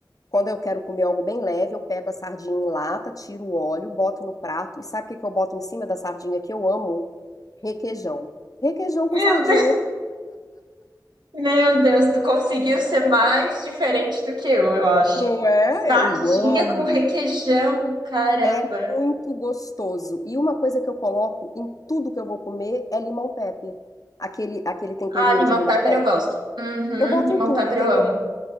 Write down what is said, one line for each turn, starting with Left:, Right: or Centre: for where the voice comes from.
Left: quando eu quero comer algo bem leve, eu pego a sardinha em lata, tiro o óleo, boto no prato. E sabe o que que eu boto em cima da sardinha que eu amo? Requeijão. Requeijão com
Right: Meu
Left: sardinha.
Right: Deus, meu Deus, tu conseguiu ser mais diferente do que eu, eu acho.
Left: Não é?
Right: Sardinha
Left: Eu amo.
Right: com requeijão, caramba.
Left: É muito gostoso. E uma coisa que eu coloco em tudo que eu vou comer é limão pepper. Aquele, aquele temperinho
Right: Ah, limão
Left: de limão
Right: pepper
Left: pepper.
Right: eu gosto. Uhum,
Left: Eu boto
Right: limão
Left: em tudo.
Right: pepper
Left: Tem
Right: eu amo.
Left: um,